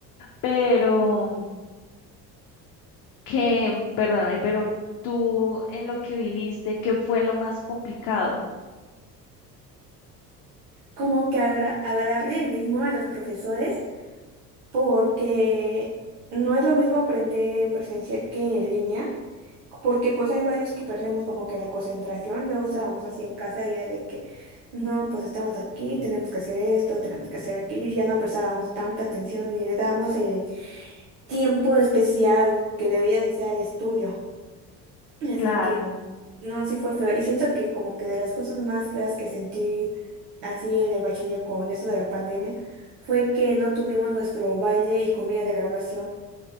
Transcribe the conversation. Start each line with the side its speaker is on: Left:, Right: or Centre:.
Left: pero que, perdóname, pero tú en lo que viviste, ¿qué fue lo más complicado?
Right: como que agra- agarrarle el ritmo a los profesores, porque no es lo mismo aprender en presencial que en línea, porque pues hay varios que perdemos como que la concentración, luego estábamos así en casa ya de que, no, pues estamos aquí, tenemos que hacer esto, tenemos que hacer aquello, y ya no prestábamos tanta atención ni le dábamos el tiempo especial que debía de ser al estudio. Así
Left: Claro.
Right: que... No, sí fue feo. Y siento que como que de las cosas más feas que sentí así en el bachiller con esto de la pandemia fue que no tuvimos nuestro baile y comida de graduación.